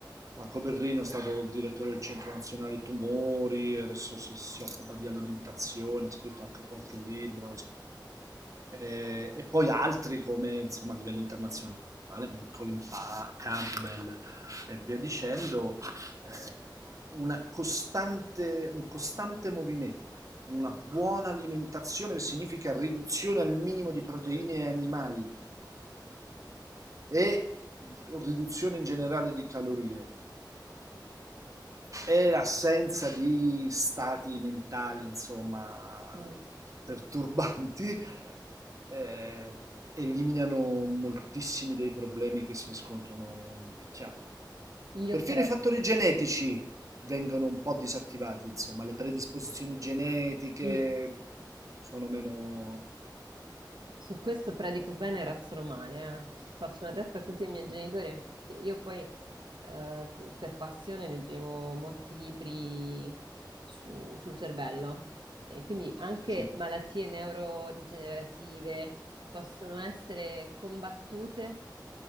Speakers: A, on the right; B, on the right.
A: Franco Berrino è stato il direttore del Centro Nazionale Tumori, adesso si, si occupa di alimentazione, ha scritto anche qualche libro, e, e poi altri come insomma a livello internazionale come Colin pa- Campbell e via dicendo, eh, una costante, un costante movimento, una buona alimentazione che significa riduzione al minimo di proteine animali e riduzione in generale di calorie è l'assenza di stati mentali, insomma,
B: Mm.
A: perturbanti, eh, eliminano moltissimi dei problemi che si riscontrano in vecchiaia.
B: Io
A: Perfino
B: per...
A: i fattori genetici vengono un po' disattivati, insomma, le predisposizioni genetiche
B: mm.
A: sono meno...
B: Su questo predico bene e razzolo male, eh. Faccio una testa così ai miei genitori, anche perché io poi eh, c- per passione leggevo molti libri su- sul cervello e quindi anche
A: Sì,
B: malattie neurodegenerative possono essere combattute